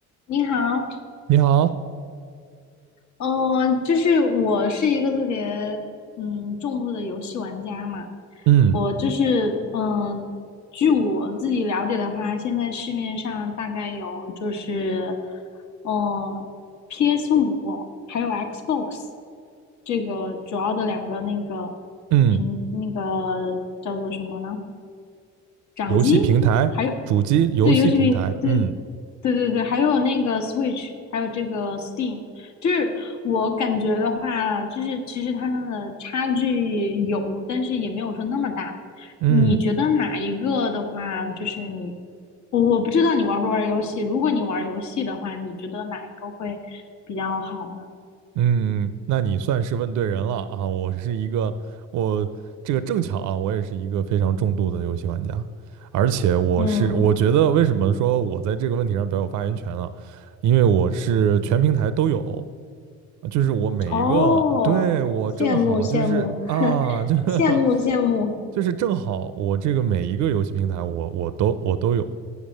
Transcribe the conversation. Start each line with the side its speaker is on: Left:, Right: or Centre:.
Left: 你好，
Right: 你好，
Left: 呃，就是我是一个特别嗯重度的游戏玩家嘛，
Right: 嗯
Left: 我就是嗯、呃据我自己了解的话，现在市面上大概有就是呃 p s 五还有 Xbox 这个主要的两个那个
Right: 嗯，
Left: 屏那个叫做什么呢？掌机，
Right: 游戏平台，
Left: 还有
Right: 主机游戏平台，
Left: 对，游戏比对，
Right: 嗯
Left: 对对对，还有那个 Switch，还有这个 Steam，就是我感觉的话，就是其实他们的差距有，但是也没有说那么大。
Right: 嗯
Left: 你觉得哪一个的话，就是你，我我不知道你玩不玩游戏。如果你玩游戏的话，你觉得哪一个会比较好呢？
Right: 嗯，那你算是问对人了啊！我是一个，我这个正巧啊，我也是一个非常重度的游戏玩家，而且我是，
Left: 嗯，
Right: 我觉得为什么说我在这个问题上比较有发言权呢？因为我是全平台都有，就是我每一个，
Left: 哦，
Right: 对，我正好就是啊，
Left: 羡慕羡慕，<laughs>
Right: 这个
Left: 羡慕羡慕。
Right: <laughs> 就是正好我这个每一个游戏平台我我都我都有。